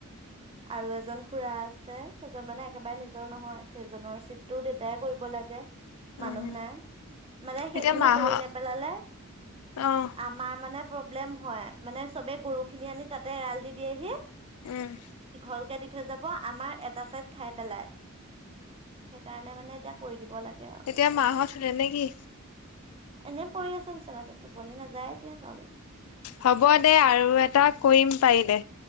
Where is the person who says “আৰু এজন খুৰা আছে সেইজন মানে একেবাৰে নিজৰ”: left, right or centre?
Right